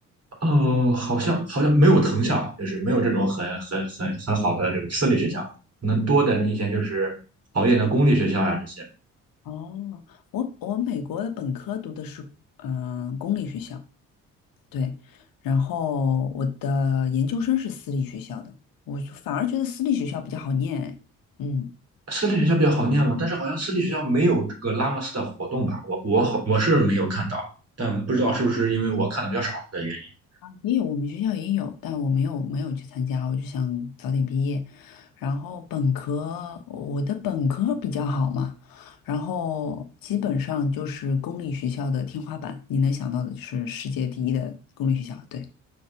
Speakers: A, on the right (about 35°); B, on the left (about 55°).
A: 哦，好像好像没有藤校，就是没有这种很很很很好的这种私立学校，可能多的你以前就是好一点的公立学校呀、这些。
B: 哦，我我美国的本科读的是嗯、呃公立学校，对，然后我的研究生是私立学校的，我就反而觉得私立学校比较好念。嗯，
A: 私立学校比较好念嘛，但是好像私立学校没有这个拉莫斯的活动吧？我我好我是没有看到，但不知道是不是因为我看的比较少的原因。
B: 也有我们学校也有，但我没有没有去参加，我就想早点毕业。然后本科，我的本科比较好嘛，然后基本上就是公立学校的天花板，你能想到的就是世界第一的公立学校，对。